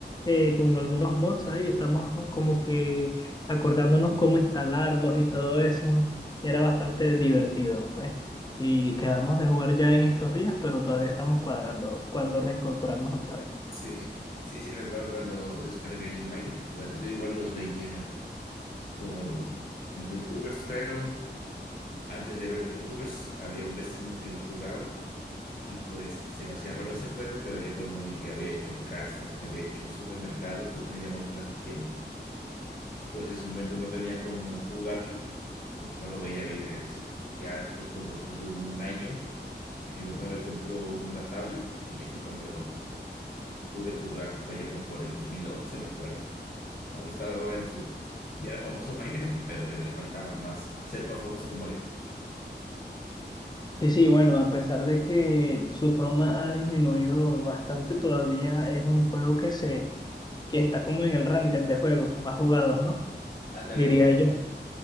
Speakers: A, on the left; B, on the left.
A: eh, con algunos mods ahí. Estamos como que acordándonos cómo instalarlos y todo eso. Era bastante divertido, pues. Y quedamos de jugar ya en estos días, pero todavía estamos cuadrando cuándo reincorporarnos otra vez.
B: Sí, sí, sí, recuerdo cuando descargué el Minecraft. Bueno, yo igual los veía por con los YouTubers, pero antes de ver los YouTubers había un vecino que lo jugaban y pues se me hacía raro ese juego, pero ya cuando vi que había hecho castas, que había hecho supermercados, pues me llamó la atención. Pues en ese momento no tenía cómo jugarlo, pues solo veía videos. Ya después, como después de un año, mi papá me compró una tablet y ya fue cuando lo pude jugar. Fue ya como por el 2011 me acuerdo. Aún estaba en su... Ya era famoso Minecraft, pero eh, le faltaba más ser más famoso como ahorita.
A: Sí, sí, bueno, a pesar de que su fama ha disminuido bastante, todavía es un juego que se que está como en el ranking de juegos más jugados, ¿no?
B: Ándale,
A: Diría yo.